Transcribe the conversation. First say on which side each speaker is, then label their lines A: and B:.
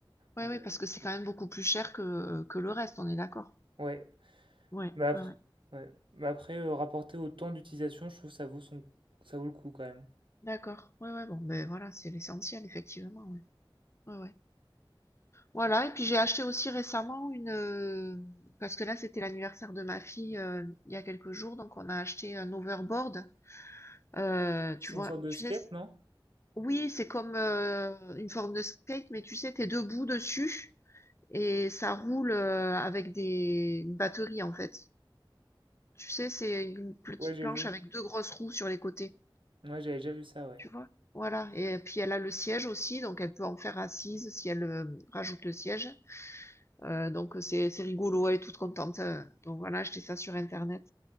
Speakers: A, on the left; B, on the right.
A: Ouais,
B: Mais
A: ouais, parce que c'est quand
B: euh,
A: même beaucoup plus cher que que le reste, on est d'accord?
B: ouais,
A: Ouais,
B: mais après,
A: ouais, ouais.
B: ouais. Mais après euh, rapporté au temps d'utilisation, je trouve que ça vaut son... ça vaut le coup quand même.
A: D'accord. Ouais, ouais, bon, ben voilà, c'est l'essentiel, effectivement, ouais. Ouais, ouais. Voilà, et puis j'ai acheté aussi récemment une... euh, Parce que là, c'était l'anniversaire de ma fille euh, il y a quelques jours, donc on a acheté un overboard. Euh,
B: C'est
A: tu vois,
B: une sorte de
A: tu
B: skate,
A: sais, c-
B: non?
A: oui, c'est comme euh, une forme de skate, mais tu sais, t'es debout dessus et ça roule euh, avec des une batterie en fait. Tu sais, c'est une petite
B: Ouais, j'ai
A: planche
B: vu.
A: avec deux grosses roues sur les côtés.
B: Ouais, j'avais déjà vu ça, ouais.
A: Tu vois? Voilà. Et puis elle a le siège aussi, donc elle peut en faire assise si elle euh, rajoute le siège. Euh, donc c'est c'est rigolo, elle est toute contente. euh. Donc voilà, acheté ça sur Internet.